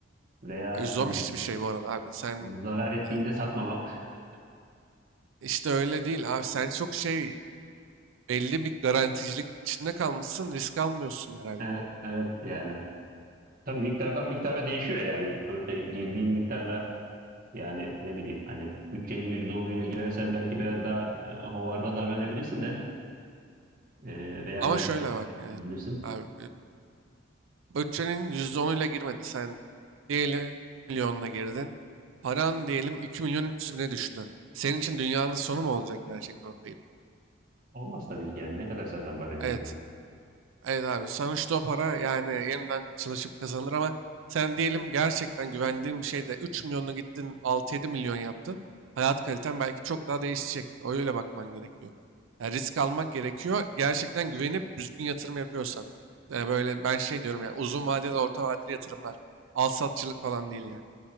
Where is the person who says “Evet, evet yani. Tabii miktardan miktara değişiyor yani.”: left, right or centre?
Right